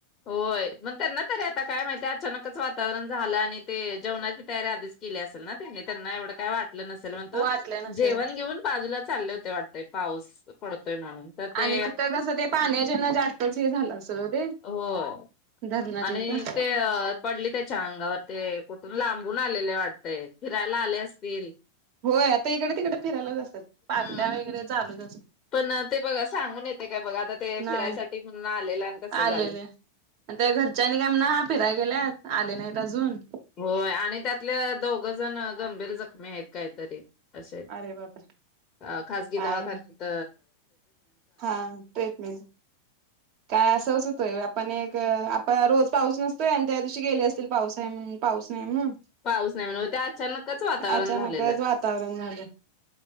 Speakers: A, on the left (about 30°); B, on the right (about 40°).
A: होय मग त्यांना तरी आता काय माहिती अचानच वातावरण झालं आणि ते जेवणाची तयारी आधीच केली असेल ना. त्यांनीच त्यांना एवढं काय वाटलं नसेल मण तो
B: वाटल्या नसेल
A: जेवण घेऊन बाजूला चालले हो वाटतय पाऊस पडतोय म्हणून तर ते
B: आणि तिथं कसं ते पाण्याचे ना जास्तच हे झालं असेल ओ ते
A: हो
B: धरणाच्या
A: आणि
B: इथं
A: ते पडली त्याच्या अंगावर ते. कुठून लांबून आलेले वाटतय फिरायला आले असतील.
B: होय आता इकडे तिकडे फिरायलाच असतात पार्ट्या
A: हम्म.
B: वगैरे चालूच असतात.
A: पण ते बघा सांगून येतंय काय बघा आता ते
B: नाही
A: फिरायसाठी म्हणून आलेलं आणि तसं
B: आलेले
A: झालं.
B: आणि त्या घरच्यांनी काय म्हणा हा फिराय गेल्यात आले नाहीत अजून
A: होय आणि त्यातले दोघ जण गंभीर जखमी आहेत काहीतरी असे
B: अरे बापरे
A: अ खजगी
B: काय
A: दवाखानत
B: हा ट्रेडमिल काय असंच होतोय आपण एक आप रोज पाऊस नसतोय आणि त्या दिवशी गेले असतील पाऊस आहे पाऊस नाही म्हणून
A: पाऊस नाही म्हंण ते अचानकच वातावरण
B: अचानकच
A: झालेलं
B: वातावरण झालं